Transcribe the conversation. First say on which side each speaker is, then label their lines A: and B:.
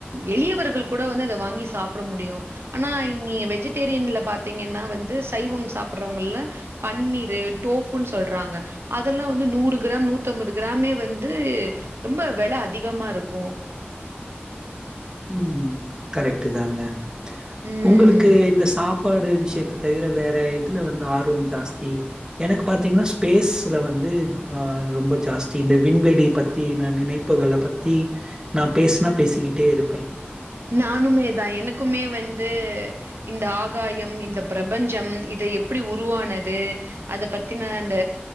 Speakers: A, on the right (about 75°); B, on the right (about 20°).
A: எளியவர்கள் கூட வந்து இத வாங்கி சாப்பிட முடியும் ஆனா இங்கே வெஜிடேரியன்ல பாத்தீங்கன்னா வந்து சைவோ சாப்புடறவங்கள்ல பன்னீரு டோப் ப்புனு சொல்றாங்க அதெல்லா வந்து நூறு கிராம் நூத்தம்பது கிராமே வந்து ரொம்ப வெல அதிகமாருக்கு
B: ம் கரெக்ட்டு தாங்க
A: ம்.
B: உங்களுக்கு இந்த சாப் ப்பாடு விஷயத்த தவிர வேற எதுல வந்து ஆர்வம் ஜாஸ்தி எனக்கு பாத்தீங்கன்னா ஸ்பேஸ்ல வந்து ஹ ரொம்ப ஜாஸ்தி இந்த விண்வெளி பத்தி நினைப்புகள பத்தி நா பேசினா பேசிக்கிட்டே இருப்
A: நானுமே தா எனக்குமே வந்து இந்த ஆகாயம் இந்த பிரபஞ்சம் இது எப்பிடி உருவானது அதபத்தின அந்த